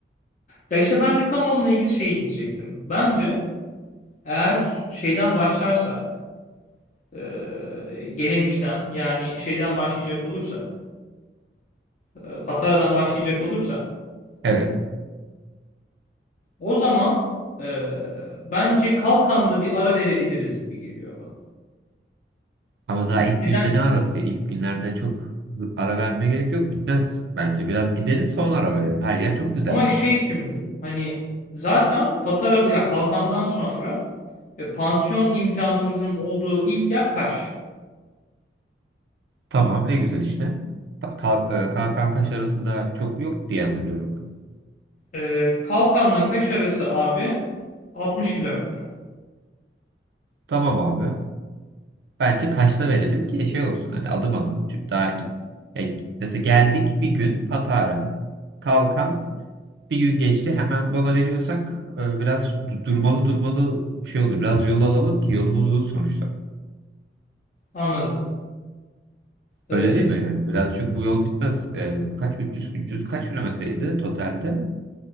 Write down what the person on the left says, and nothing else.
Ya işte ben de tam onunla ilgili şey diyecektim. Bence eğer şeyden başlarsak, e, Gelemiş'ten yani şeyden başlayacak olursak e, Patara'dan başlayacak olursak
o zaman e, bence Kalkan'da bir ara verebiliriz gibi geliyor bana.
Neden?
Ama
şey şimdi hani zaten Patara ya Kalkan'dan sonra e, pansiyon imkanımızın olduğu ilk yer Kaş.
E, Kalkan'la Kaş arası abi 60 kilometre.
Anladım.
E,